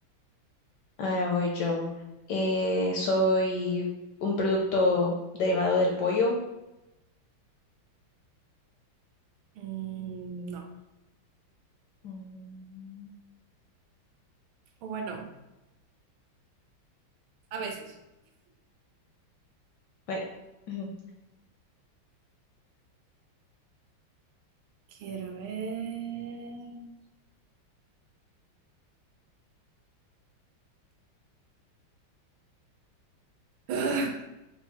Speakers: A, on the left; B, on the right.
A: ahora voy yo. Eh, soy un producto derivado del pollo.
B: Mm, no.
A: Mm,
B: O bueno, a veces.
A: bue- ujú.
B: Quiero ver. ¡Ah!